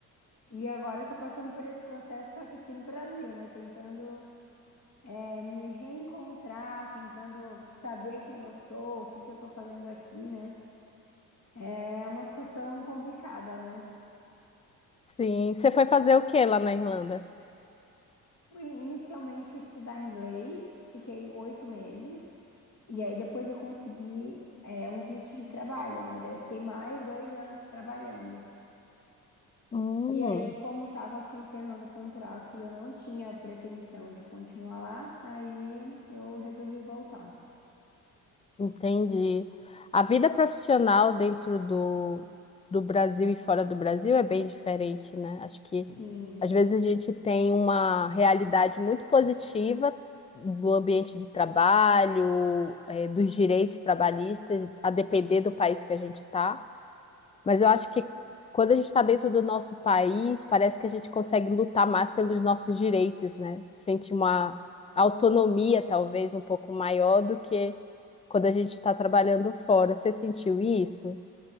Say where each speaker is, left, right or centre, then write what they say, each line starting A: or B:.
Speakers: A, on the left; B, on the left.
A: E agora eu tô passando por esse processo, só que aqui no Brasil, né? Tentando, é, me reencontrar, tentando saber quem eu sou, o que que eu tô fazendo aqui, né? É uma situação complicada, né?
B: Sim. Você foi fazer o que lá na Irlanda?
A: Fui inicialmente estudar inglês, fiquei oito meses, e aí depois eu consegui é, um visto de trabalho, né? Daí eu fiquei mais dois anos trabalhando.
B: Hum,
A: E aí, como estava se encerrando o contrato e eu não tinha pretensão de continuar lá, aí eu resolvi voltar.
B: Entendi. A vida profissional dentro do, do Brasil e fora do Brasil é bem diferente, né? Acho que
A: Sim,
B: às vezes a gente tem uma realidade muito positiva do ambiente de trabalho, eh, dos direitos trabalhistas, a depender do país que a gente está. Mas eu acho que quando a gente está dentro do nosso país, parece que a gente consegue lutar mais pelos nossos direitos, né? Sente uma autonomia, talvez, um pouco maior do que quando a gente está trabalhando fora. Você sentiu isso?